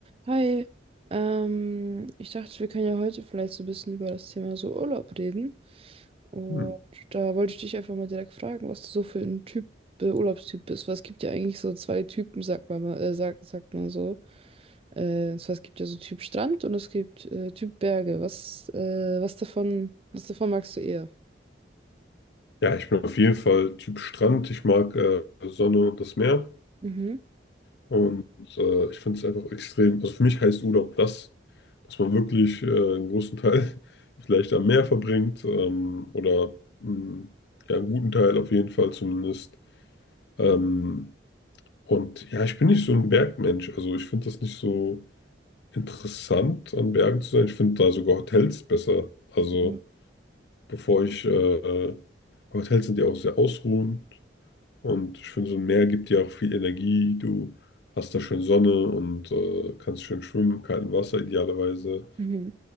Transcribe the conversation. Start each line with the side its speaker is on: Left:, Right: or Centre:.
Right: Hi, ähm, ich dachte, wir können ja heute vielleicht so ein bisschen über das Thema so Urlaub reden. Und
Left: Hm.
Right: da wollte ich dich einfach mal direkt fragen, was du so für ein Typ, äh, Urlaubstyp bist. Weil es gibt ja eigentlich so zwei Typen, sagt man mal, äh, sagt, sagt man so. Äh, und zwar es gibt ja so Typ Strand und es gibt äh, Typ Berge. Was, äh, was davon, was davon magst du eher?
Left: Ja, ich bin auf jeden Fall Typ Strand. Ich mag äh, Sonne und das Meer.
Right: Mhm.
Left: Und äh, ich finde es einfach extrem. Also für mich heißt Urlaub das, dass man wirklich äh, einen großen Teil <laughs> vielleicht am Meer verbringt ähm, oder mh, ja, einen guten Teil auf jeden Fall zumindest. Ähm, und ja, ich bin nicht so ein Bergmensch. Also ich finde das nicht so interessant, an Bergen zu sein. Ich finde da sogar Hotels besser. Also
Right: Mhm.
Left: bevor ich, äh, Hotels sind ja auch sehr ausruhend Und ich finde, so ein Meer gibt dir auch viel Energie. Du hast da schön Sonne und äh, kannst schön schwimmen, kalten Wasser idealerweise.
Right: Mhm.